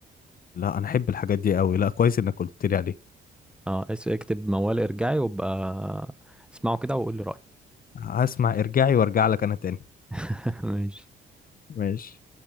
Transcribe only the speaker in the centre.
اه اس- اكتب موال ارجعي وابقى اسمعه كده وقول لي رأيك
<laughs> ماشي